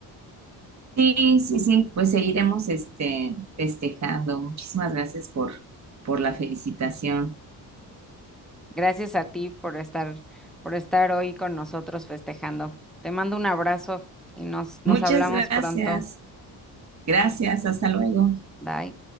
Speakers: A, on the right; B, in the centre.
A: Sí, sí, sí, pues seguiremos este, festejando. Muchísimas gracias por, por la felicitación.
B: Gracias a ti por estar por estar hoy con nosotros festejando. Te mando un abrazo y nos
A: Muchas
B: nos hablamos
A: gracias.
B: pronto.
A: Gracias, hasta luego.
B: Bye.